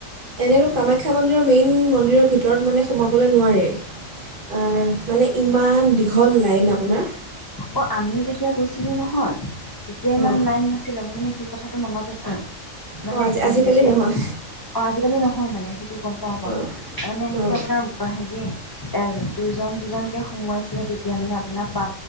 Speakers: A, on the right; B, on the left.
A: এনেতো কামাখ্যা মন্দিৰৰ মেইন মন্দিৰৰ ভিতৰত মানে সোমাবলৈ নোৱাৰি মানে ইমান দীঘল লাইন আপোনাৰ।
B: অ আমি যেতিয়া গৈছিলো নহয় তেতিয়া ইমান
A: অঁ
B: লাইন নাছিলে মোৰ মানে শ। কথাটো মনত আছে। মানে
A: অঁ আজি আজিকালি
B: এনেকে।
A: নহয়
B: আজিকালি নহয় মানে টো গম পাও বাও
A: অঁ
B: মানে এনেকৈ
A: অঁ
B: আপোনাৰ হেৰি এ দুইজন দুজনকে সোমোৱাইছিলে তেতিয়া মানে আপোনাৰ পা